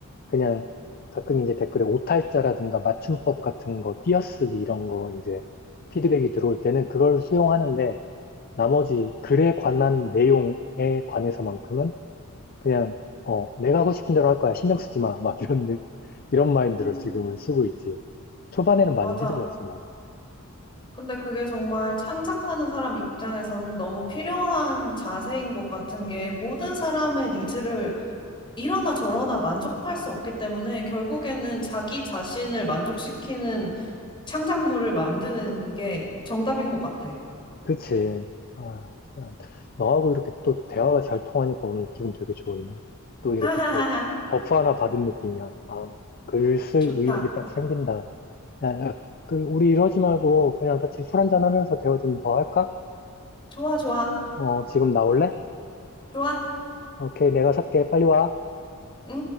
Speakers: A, on the left; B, on the left.
A: 그냥 가끔 이제 댓글에 오탈자라든가 맞춤법 같은 거, 띄어쓰기 이런 거 이제 피드백이 들어올 때는 그걸 수용하는데 나머지 글에 관한 내용에 관해서만큼은 그냥 어 내가 하고 싶은 대로 할 거야 신경 쓰지 마 막 이런 느- 이런 마인드를
B: 음,
A: 지금은 쓰고 있지 초반에는 많이
B: 맞아.
A: 휘둘렸어 나도
B: 근데 그게 정말 창작하는 사람 입장에서는 너무 필요한 자세인 것 같은 게 모든 사람의 니즈를 이러나 저러나 만족할 수 없기 때문에 결국에는 자기 자신을 만족시키는 창작물을 만드는 게 정답인 것 같아.
A: 그치 아 시간 너하고 이렇게 또 대화가 잘 통하니까 오늘 기분 되게 좋은데 또 이렇게
B: 하하하하.
A: 또 버프 하나 받은 느낌이야 아 글 쓸
B: 좋다.
A: 의욕이 딱 생긴다 야, 야, 그 우리 이러지 말고 그냥 같이 술 한잔 하면서 대화 좀 더 할까
B: 좋아, 좋아.
A: 어 지금 나올래
B: 좋아.
A: 오케이 내가 살게 빨리 와
B: 응?